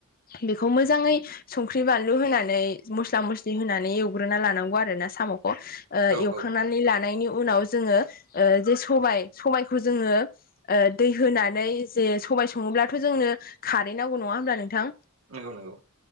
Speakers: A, on the left; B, on the right.
A: बेखौ मोजाङै संख्रि बानलु होनानै मस्ला मस्लि होनानै एवग्रोना लानांगौ आरो ना साम'खौ ओ
B: औ
A: एवखांनानै
B: औ
A: लानायनि उनाव जोङो ओ जे सबाय सबायखौ जोङो ओ दै होनानै जे सबाय सङोब्लाथ' जोंनो खारै नांगौ नङा होमब्ला नोंथां?
B: नंगौ नंगौ।